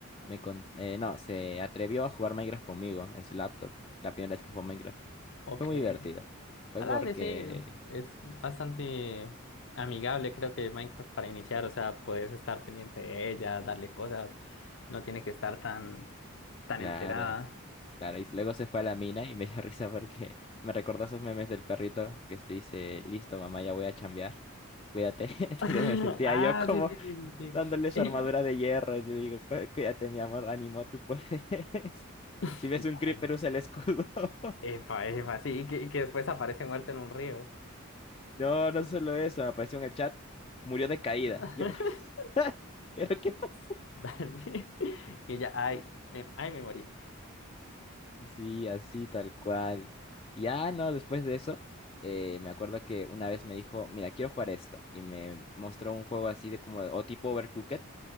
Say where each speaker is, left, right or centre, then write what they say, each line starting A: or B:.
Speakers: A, on the left; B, on the left.
A: me con- eh, no, se atrevió a jugar Minecraft conmigo en su laptop, la primera vez que jugó Minecraft.
B: Ok.
A: Fue muy divertido. Fue
B: Ah, dale,
A: porque,
B: sí, es bastante amigable, creo que Minecraft para iniciar, o sea, puedes estar pendiente de ella, darle cosas, no tiene que estar tan, tan
A: claro.
B: enterada.
A: Claro, y luego se fue a la mina y me dio <laughs> risa porque me recordó esos memes del perrito que este dice, listo, mamá, ya voy a chambear, cuídate. <laughs> Entonces
B: <laughs>
A: me sentía
B: Ah,
A: yo como
B: sí, sí, sí, sí.
A: dándole su
B: sí.
A: armadura de hierro y le digo, "Cu- cuídate, mi amor, ánimo, tú puedes. <laughs> Si
B: <laughs>
A: ves
B: Dale.
A: un creeper, usa el escudo. <laughs>
B: Epa, epa, sí, y que, y que después aparece muerta en un río.
A: No, no solo eso, me apareció en el chat, murió de caída.
B: <laughs>
A: Yo, <laughs> ¿pero qué pasó?
B: Dale. Y ya, ay, me- ay, me morí.
A: Sí, así tal cual. Ya no, después de eso, eh, me acuerdo que una vez me dijo, mira, quiero jugar esto. Y me mostró un juego así de como, o tipo Overcooked,